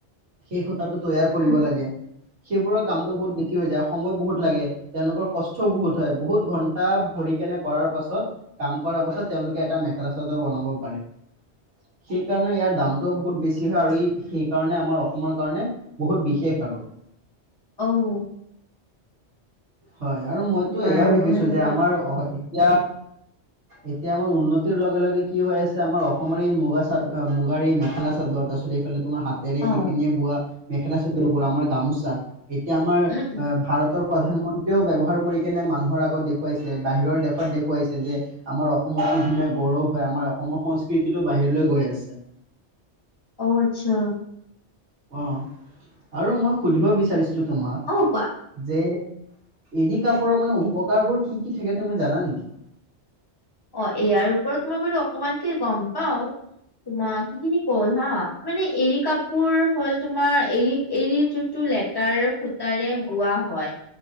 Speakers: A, on the right; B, on the left.
A: সেই সূতাটো তৈয়াৰ কৰিব
B: উম
A: লাগে। সেইবোৰৰ কামতো বহুত বৃদ্ধি হৈ যায় আৰু সময় বহুত লাগে। তেওঁলোকৰ কষ্ট বহুত হয় বহুত ঘন্টা ভৰি কেনে কৰাৰ পাছত কাম কৰাৰ পাছত, তেওঁলোকে এটা মেখেলা চাদৰ বন হ'ব পাৰে। সেইকাৰণে ইয়াৰ দামটোও বহুত বেছি হয় আৰু ই সেই কাৰণে আমাৰ অসমৰ কাৰণে বহুত বিশেষ আৰু। <inaudible>
B: অও।
A: হয়, আৰু মইতো
B: বাৰু
A: এয়াও দেখিছো
B: সেনেকুৱা
A: যে, আমাৰ অ' এতিয়া এতিয়া আমাৰ উন্নতিৰ লগে লগে কি হৈ আছে, আমাৰ অসমৰে এই মুগা চাদ, মুগাৰ এই মেখেলা চাদৰ, তাৰপিছত এইফালে তোমাৰ হাতেৰে
B: অ
A: সিপিনীয়ে বোৱা, মেখেলা চাদৰ বোৰ, আমাৰ গামোচা এতিয়া আমাৰ,
B: উম উম
A: ভাৰতৰ প্ৰধানমন্ত্ৰী কিয় ব্যৱহাৰ কৰি কেনে মানুহৰ আগত দেখুৱাইছে। বাহিৰৰ দেশত দেখুৱাইছে যে, আমাৰ অসমত, কি ধুনীয়া গ গৌৰৱ হয়, আমাৰ অসমৰ সংস্কৃতিতটো, বাহিৰলৈ গৈ আছে।
B: অ'আচ্ছা।
A: অ'আৰু মই সুধিব বিচাৰিছো, তোমাক
B: অ কোৱা
A: যে এৰি কাপোৰৰ মানে উপকাৰবোৰ কি কি থাকে তুমি জানা নেকি?
B: অ', ইয়াৰ ওপৰত মই বাৰু অকমানকে গম পাওঁ। তোমাক সেইখিনি কল হা। মানে এৰী কাপোৰ হ'ল তোমাৰ এৰী-এৰীৰ যোনটো লেতাৰ সুতাৰে বোৱা হয়।